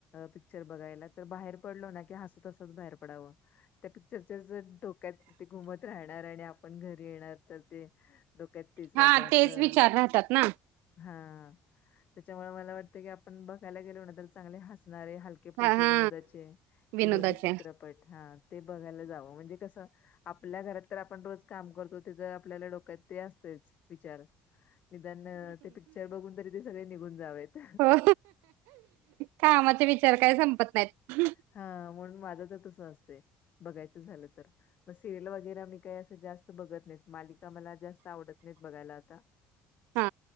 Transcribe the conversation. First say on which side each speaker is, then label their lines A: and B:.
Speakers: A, on the left (about 55°); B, on the right (about 75°).
A: पिक्चर बघायला तर बाहेर पडलो ना की हसत हसत बाहेर पडावं त्या पिक्चरच्या डोक्यात ते घुमत राहणार आणि आपण घरी येणार तर ते डोक्यात तीच बाबा
B: हा तेच
A: का
B: विचार राहतात ना
A: हा त्याच्यामुळे मला वाटतं की आपण बघयला गेलो ना तर चांगले हसणारे हल के फुलके
B: हा हा
A: विनोदाचे विनोदी
B: विनोदाचे
A: चित्रपट हा ते बघायला जावं म्हणजे कसं आपल्या घरात तर आपण रोज काम करतो ते ज आपल्याला डोक्यात ते असतेच विचार निदान ते पिक्चर बघून तरी ते सगळे निघून जावेत
B: हो कामाचे विचार काय संपत नाहीत.
A: हा म्हणून माझं तर तस असतय बघायचं झालं तर मग सिरियल वगैरे मी काही असं जास्त बघत नाहीत मालिका मला जास्त आवडत नाहीत बघायला आता <inaudible>
B: हा